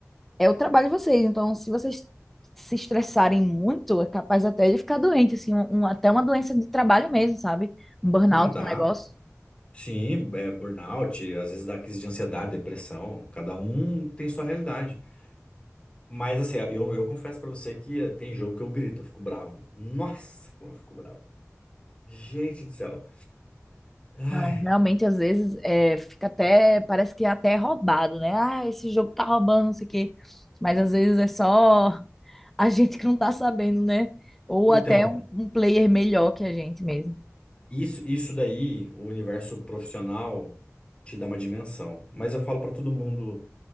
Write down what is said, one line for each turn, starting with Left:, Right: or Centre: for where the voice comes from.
Centre: é o trabalho de vocês. Então, se vocês se estressarem muito, é capaz até de ficar doente, assim, um- um- até uma doença de trabalho mesmo, sabe? Um burnout,
Left: Não dá.
Centre: um negócio.
Left: Sim, é burnout, às vezes dá crise de ansiedade, depressão. Cada um tem sua realidade. Mas assim, eu, eu confesso pra você que tem jogo que eu grito, eu fico bravo. Nossa, como eu fico bravo. Gente do céu. Ai.
Centre: Não, realmente, às vezes, é, fica até, parece que é até roubado, né? Ah, esse jogo tá roubando, não sei o quê. Mas às vezes é só <laughs> a gente que não tá sabendo, né? Ou
Left: Então,
Centre: até um, um player melhor que a gente mesmo.
Left: isso, isso daí, o universo profissional te dá uma dimensão. Mas eu falo pra todo mundo